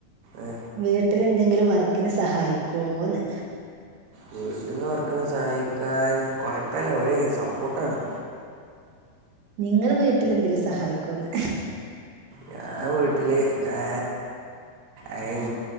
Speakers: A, on the right (about 70°); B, on the right (about 85°).
A: ഏ
B: വീട്ടിൽ എന്തെങ്കിലും വർക്കിന് സഹായിക്കോന്ന്
A: വീട്ടിന്ന് വർക്കിന് സഹായിക്കാൻ കൊഴപ്പല്ല ഓല് സപ്പോർട്ടാണ്
B: നിങ്ങള് വീട്ടിൽ എന്തേലും സഹായിക്കോന്ന്‌
A: ഞാൻ വീട്ടില് ഏ ഏ അ